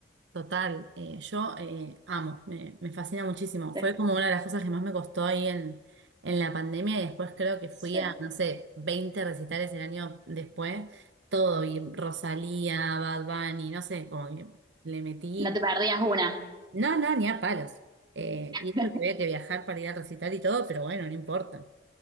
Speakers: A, on the right; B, on the right.
A: Total. eh, yo eh, amo, me, me fascina muchísimo.
B: Sí,
A: Fue como una de las cosas que más me costó ahí en, en la pandemia y después creo que
B: sí.
A: fui a, no sé, 20 recitales el año después. Todo y Rosalía, Bad Bunny, no sé, como que le metí.
B: No te perdías una.
A: No, no, ni a palos. Eh,
B: <laughs>
A: y eso que había que viajar para ir al recital y todo, pero bueno, no importa.